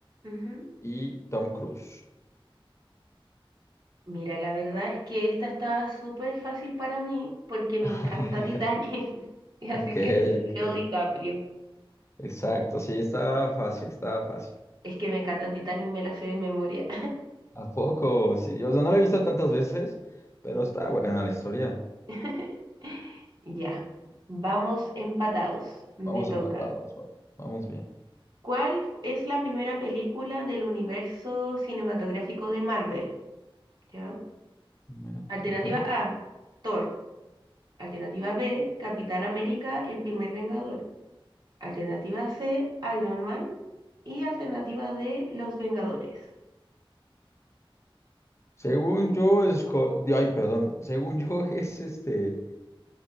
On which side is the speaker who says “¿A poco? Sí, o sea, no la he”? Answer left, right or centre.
Left